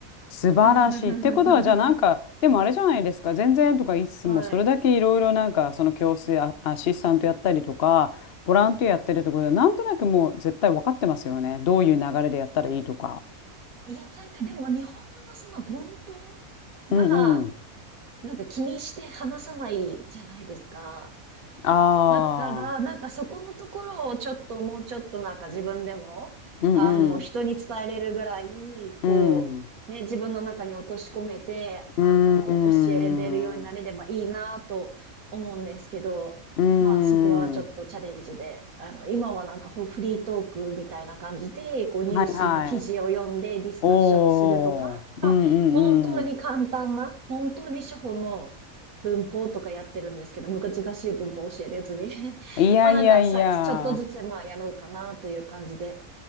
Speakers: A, on the left; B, on the right.
A: 素晴らしい。
B: <laughs>
A: ってことは、じゃあなんか、でもあれじゃないですか。全然とか言いつつも、
B: はい。
A: それだけいろいろなんか、その教室でア、アシスタントやったりとか、ボランティアやってるってことで、なんとなくもう絶対分かってますよね。どういう流れでやったらいいとか。
B: いや、なんかでも日本語のその文法
A: うんうん。
B: が、なんか気にして話さないじゃないですか。
A: ああ。
B: だから、なんかそこのところをちょっともうちょっとなんか自分でも、
A: うんうん。
B: あの、人に伝えれるぐらい、こう、
A: うん。
B: ね、自分の中に落とし込めて、
A: ううん。
B: あの、教えれるようになれればいいなと思うんですけど、
A: うー
B: まあそこはちょっとチャレンジで、
A: ん。
B: あの、今はなんかほフリートークみたいな感じで、こうニュースの記事を読んでディスカッションするとか、
A: はいはい。おー。うんう
B: 本当に簡単な、
A: んうん。
B: 本当に初歩の文法とかやってるんですけど、難しい文法教えるやつに <laughs>
A: いやいやいや。
B: まあなんかさ、ちょっとずつまあやろうかなという感じで